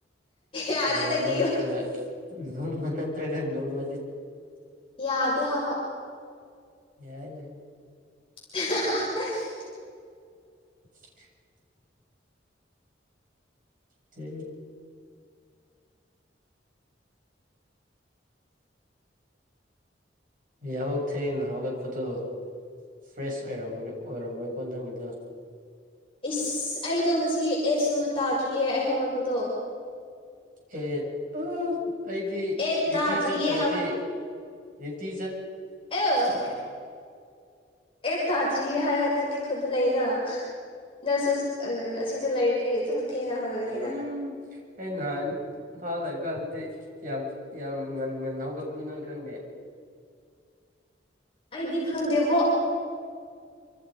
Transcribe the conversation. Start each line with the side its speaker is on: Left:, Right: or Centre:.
Left: ꯌꯥꯗꯦ
Right: ꯅꯧꯃ
Left: ꯅꯪꯒꯤ
Right: ꯅꯠꯇ꯭ꯔꯒ ꯅꯧꯃꯅ ꯅꯠꯇ꯭ꯔꯒ ꯅꯧꯃ
Left: ꯌꯥꯗꯦ ꯍꯥꯋꯥ
Right: ꯌꯥꯏ ꯅ
Left: <inaudible>
Right: <inaudible> ꯇ ꯌꯥꯍꯧ ꯊꯦꯡꯅ ꯍꯧꯒꯠꯄꯗꯣ ꯐ꯭ꯔꯦꯁ ꯑꯣꯏꯔ ꯑꯣꯏꯔꯝꯃꯣꯏꯀꯣ ꯅꯪꯒꯤꯗꯣ
Left: ꯏꯁꯁ ꯑꯩꯗꯣ ꯉꯁꯤꯒꯤ ꯑꯦꯁꯁꯨ ꯇꯥꯗ꯭ꯔꯤꯌꯦ ꯑꯩ ꯍꯧꯒꯠꯄꯗꯣ
Right: ꯑꯦ ꯎ ꯑꯩꯗꯤ
Left: ꯑꯦꯠ
Right: ꯗ꯭ꯌꯨꯇꯤ
Left: ꯇꯥꯗ꯭ꯔꯤꯌꯦ
Right: ꯆꯠꯇ꯭ꯔꯗꯤ ꯇꯦ
Left: ꯑ ꯑꯦ ꯇꯥꯗꯔꯤꯔꯤ ꯍꯥꯏꯔꯅ ꯑꯩꯣꯟꯗ ꯂꯩꯅ ꯅꯪꯁꯨ ꯑꯁꯤꯗ ꯂꯩꯔꯗꯤ ꯊꯦꯡꯅ ꯍꯧꯒꯠꯒꯅꯤꯗ
Right: ꯎꯝ ꯑꯩꯅꯥꯏ ꯐꯥꯎ ꯂꯩ ꯀꯥꯟ ꯗꯤ ꯌꯥꯝ ꯌꯥꯝ ꯉꯟ ꯉꯟꯅ ꯍꯧꯒꯕꯅꯤ ꯅꯪ ꯈꯪꯗꯦ
Left: ꯑꯩꯗꯤ ꯈꯪꯗꯦꯕꯣ